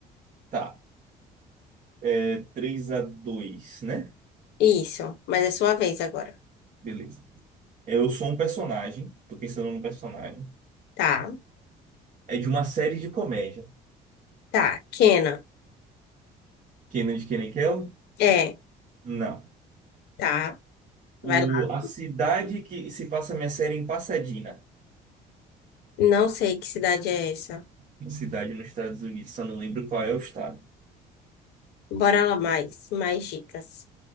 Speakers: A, on the right; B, on the left.
A: Tá. É 3 a 2, né?
B: Isso. Mas é sua vez agora.
A: Beleza. Eu sou um personagem, tô pensando num personagem.
B: Tá.
A: É de uma série de comédia.
B: Tá. Kenan.
A: Kenan de Kenan e Kel?
B: É.
A: Não.
B: Tá. Vai
A: O,
B: lá.
A: a cidade que se passa a minha série é em Pasadena,
B: Não sei que cidade é essa.
A: uma cidade nos Estados Unidos, só não lembro qual é o estado.
B: Bora lá mais. Mais dicas.